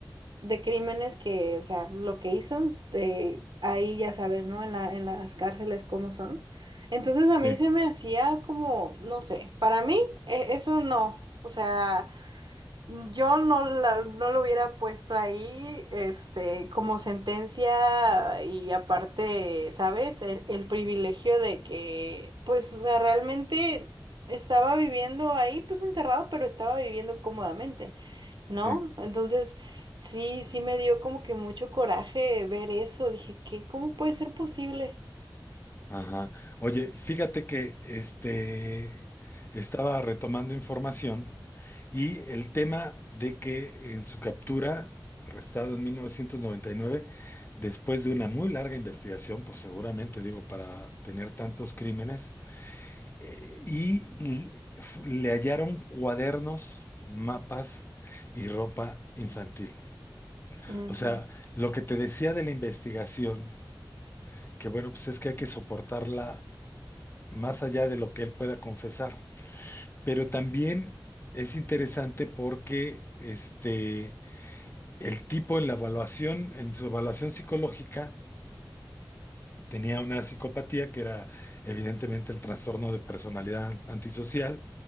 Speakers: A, on the right (about 70°); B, on the left (about 30°).
A: de crímenes que, o sea, lo que hizo, de ahí ya sabes, ¿no? En la, en las cárceles cómo son. Entonces a
B: Sí,
A: mí se me hacía como, no sé, para mí e- eso no, o sea... Yo no, la- no lo hubiera puesto ahí, este, como sentencia y aparte, ¿sabes? El, el privilegio de que, pues, o sea, realmente estaba viviendo ahí, pues, encerrado, pero estaba viviendo cómodamente, ¿no?
B: sí.
A: Entonces, sí, sí me dio como que mucho coraje ver eso. Dije, ¿qué? ¿Cómo puede ser posible?
B: Ajá. Oye, fíjate que este estaba retomando información y el tema de que en su captura, arrestado en 1999 después de una muy larga investigación, pues seguramente digo, para tener tantos crímenes, eh, y l- f- le hallaron cuadernos, mapas y ropa infantil.
A: Ujú,
B: O sea, lo que te decía de la investigación, que bueno, pues es que hay que soportarla más allá de lo que él pueda confesar. Pero también es interesante porque este, el tipo en la evaluación, en su evaluación psicológica, tenía una psicopatía que era evidentemente el trastorno de personalidad antisocial